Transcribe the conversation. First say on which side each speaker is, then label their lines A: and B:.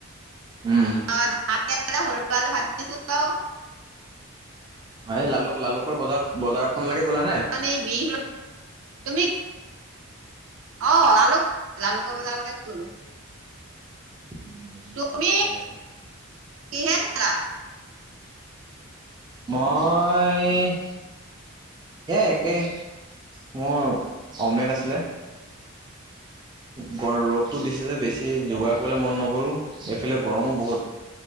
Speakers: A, on the right; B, on the right.
A: উম
B: <unintelligible> <unintelligible> সৰু আলু ভাজি দিছোঁ আও।
A: সেই লালুক লালুকৰ বজাৰ বজাৰখনলৈকে গ'লা নে?
B: মানে বিহ তুমি অ', লালুক লালুকৰ বজালৈকে গলো।
A: উম,
B: তুমি
A: ঠিকে আছে।
B: কিহে? খালা
A: মই এ একে, মোৰ অমলেট আছিলে। গৰ ৰ'দটো দিছে যে বেছি <unintelligible> যোগাৰ কৰিবলে মন নগল, এইফালে গৰমো বহুত।